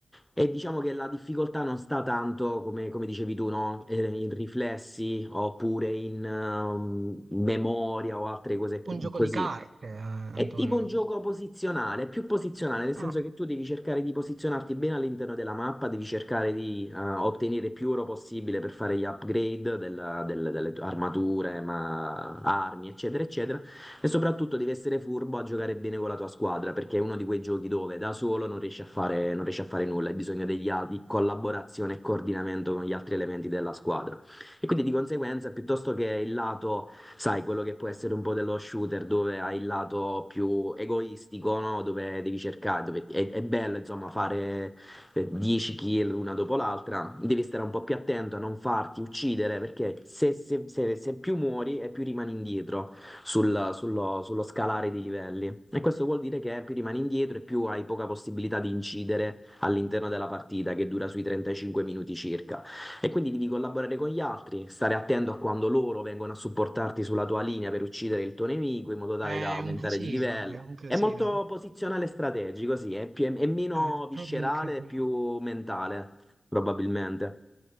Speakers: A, in the centre; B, on the right.
A: E diciamo che la difficoltà non sta tanto, come, come dicevi tu, no? Eh, In riflessi oppure in ehm, memoria o altre cose cu-
B: Un gioco
A: così.
B: di carte, eh, Antonio.
A: È tipo un gioco posizionale, più posizionale, nel senso
B: Ah,
A: che tu devi cercare di posizionarti bene all'interno della mappa, devi cercare di eh, ottenere più oro possibile per fare gli upgrade della- del- delle tue armature, ma- armi, eccetera, eccetera. E soprattutto devi essere furbo a giocare bene con la tua squadra, perché è uno di quei giochi dove da solo non riesci a fare, non riesci a fare nulla, hai bisogno degli al- di collaborazione e coordinamento con gli altri elementi della squadra. E quindi di conseguenza, piuttosto che il lato, sai, quello che può essere un po' dello shooter, dove hai il lato più egoistico, no? Dove devi cercare, dove è, è bello, insomma, fare eh, 10 kill una dopo l'altra, devi stare un po' più attento a non farti uccidere, perché se, se- se- se più muori e più rimani indietro sul- sullo, sullo scalare dei livelli. E questo vuol dire che più rimani indietro e più hai poca possibilità di incidere all'interno della partita, che dura sui 35 minuti circa. E quindi devi collaborare con gli altri, stare attento a quando loro vengono a supportarti sulla tua linea per uccidere il tuo nemico in modo tale
B: è
A: da aumentare
B: un casino,
A: di livello.
B: è un casino.
A: È molto posizionale e strategico, sì, è, più- è meno
B: È
A: viscerale,
B: proprio un casino.
A: è più mentale, probabilmente.